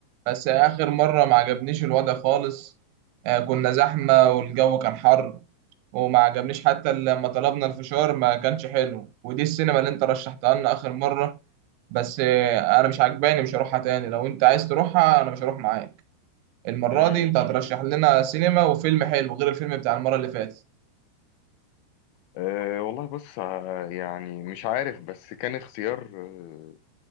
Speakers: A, on the right; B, on the left.
A: بس آخر مرة ما عجبنيش الوضع خالص آه، كنا زحمة والجو كان حر وما عجبنيش حتى لما طلبنا الفشار ما كانش حلو ودي السينما اللي انت رشحتها لنا آخر مرة بس آه، أنا مش عجباني مش هروحها تاني لو انت عايز تروحها أنا مش هروح معاك المرة
B: امم
A: دي انت هترشح لنا سينما وفيلم حلو غير الفيلم بتاع المرة اللي فاتت
B: أه والله بص آه، يعني مش عارف بس كان اختيار آه،